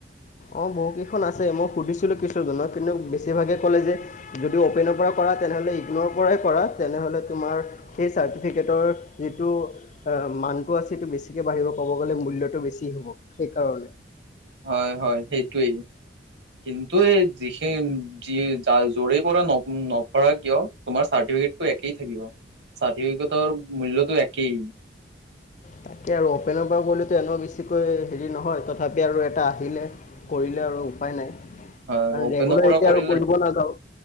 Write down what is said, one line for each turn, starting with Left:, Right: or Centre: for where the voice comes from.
Left: অ বহুকেইখন আছে মই সুধিছিলো কিছুজনক কিন্তু বেছিভাগে কলে যে যদি অপেনৰ কৰা তেনেহলে ইগনৰ পৰাই কৰা তেনেহলে তোমাৰ সেই চাৰ্টিফিকেটৰ যিটো মানটো আছে সেইটো বেছিকে বাঢ়িব পাব কিন্তু মূল্যটো বেছি হব সেইকাৰণে
Right: হয় হয় সেইটোৱেই কিন্তু এই যি য যৰে পৰা নকৰা কিয় তোমাৰ চাৰ্টিফিকেটতো একেই থাকিব চাৰ্টিফিকেটৰ মূল্যটো একেই
Left: তাকে আৰু অপেনৰ পৰা গ'লেতো এনে বেছিকৈ হেৰি নহয় তথাপি আৰু এটা আহিলে কৰিলে আৰু উপায় নাই
Right: হয়
Left: কাৰণ
Right: অপেনৰ
Left: ৰেগুলাৰ
Right: পৰা
Left: এতিয়া
Right: কৰিলে
Left: আৰু কৰিব নাযাওঁ